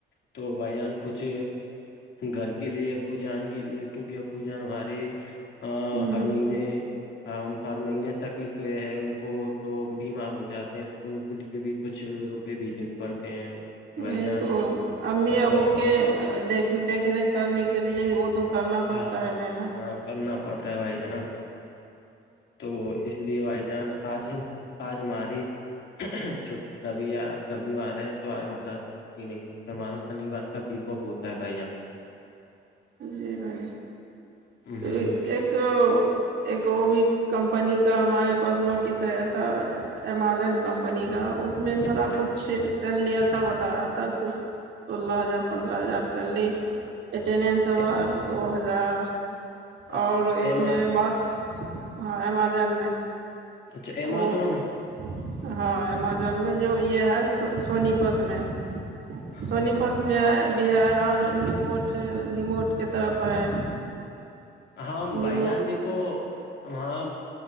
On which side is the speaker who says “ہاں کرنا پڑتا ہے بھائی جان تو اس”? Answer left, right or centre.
Left